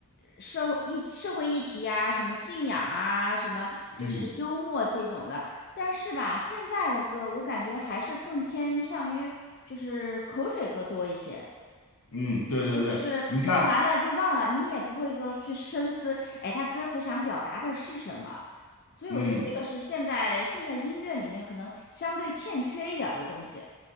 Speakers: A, on the left; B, on the left.
A: 社会议社会议题啊，什么信仰啊，什么就是幽默这种的。
B: 嗯
A: 但是吧，现在的歌我感觉还是更偏向于就是口水歌多一些，
B: 嗯，对对对，
A: 就只是唱完了就忘了，
B: 你看，
A: 你也不会说去深思，哎，他歌词想表达的是什么。所以我觉得这个是现在现在音乐里面可能相对欠缺一点儿的东西。
B: 嗯。